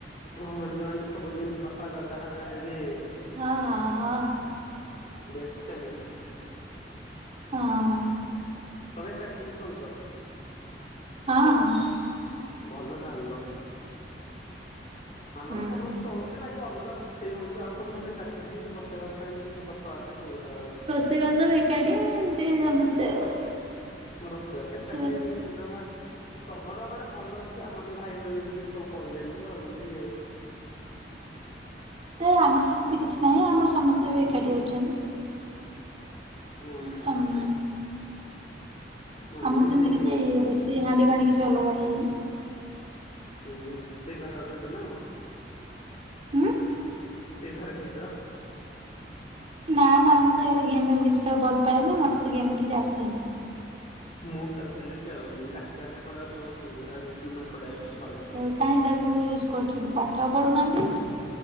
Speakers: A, on the left (about 40°); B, on the right (about 40°).
A: ଓ ହ ଜଏଣ୍ଟ ସବୁ ଜେନ୍ତି ବାପା ଦାଦା ହେରେଗା ହେଇକି।
B: ହଁ ହଁ ହ।
A: Best family.
B: ହଁ।
A: ସବୁ ଏକାଠିଗିନି ଚଳୁଚ।
B: ହଁ ହଁ।
A: ଭଲ ତାହେଲେ ତ ଆମର
B: ହୁଁ
A: ସବୁ ହିନ୍ ଚଳୁଛୁ ଯେ ବାଇକି ଅଲଗା ର ସେଇ ହଉଚି ଆଉ ସବୁ ନହେଲେ ଏକାଠି ଏମିତି ବସା ଉଠା ଏମିତି କଥାବାର୍ତା ସବୁ ଏକା <unintelligible> ହଉଚି।
B: ସେଇ ବାସ୍ ସବୁ ଏକାଠି ଏମିତି ସମସ୍ତେ ଆଉ।
A: ରୋଷେଇ ବାସ ଏକାଠି
B: ସେ
A: ଜାଣଦବା। ତମର ମାନେ ଭଲ ଅଛି ଆମର ଟିକେ ଭାଇଉ ଏମିତି ସବୁ ପଇଲେନି ତ ଏମତି।
B: ନାଇଁ ଆମର ସେତେ କିଛି ନାହିଁ ଆମର ସମସ୍ତେ ବି ଏକାଠି ଅଛନ୍ତି।
A: ଓହୋ
B: ସମ
A: ଆମେ
B: ଆମର
A: ଏମିତି
B: ସେମିତି କିଛି ରୋଷେଇ ହାଣ୍ଡି ଫାଣ୍ଡି କିଛି ଅଲଗା ହେଇନି।
A: ହୁଁ ଫ୍ରି ଫାଆର ଖେଳୁଛ ନା କଣ।
B: ଉଁ।
A: ଫ୍ରି ଫ୍ରାୟରେ ଖେଳୁଚ?
B: ନା ନା ମୁଁ ସେ ଗୋରା ଗେମ୍ ଫେମ୍ କିଛି ଖେଳ ଭଲ ପାଏନି ମତେ ସେ ଗେମ୍ କିଛି ଆସେନି।
A: ମୁଁ ଖେଳୁଥିଲେ ଖେଳୁଜି ତାଙ୍କେ ମାନେ ଏପଟ ସବୁ <unintelligible> ମୁଁ ଏପଟେ ଖେଳୁଜି ତ ସାଉଣ୍ଡ।
B: ତାକୁ କାହିଁ ତାକୁ ୟୁଜ୍ କରୁଛନ୍ତି ପା ଠ ପଢୁ ନାହାନ୍ତି।